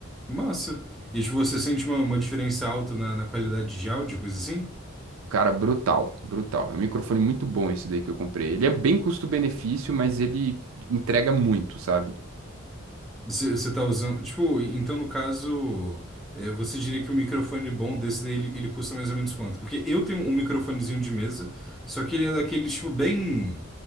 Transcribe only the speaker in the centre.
Massa. E, tipo, você sente uma, uma diferença alta na, na qualidade de áudio, coisa assim?
Você você tá usando. Tipo, então no caso, é, você diria que um microfone bom desse daí ele, ele custa mais ou menos quanto? Porque eu tenho um microfonezinho de mesa, só que ele é daqueles, tipo, bem.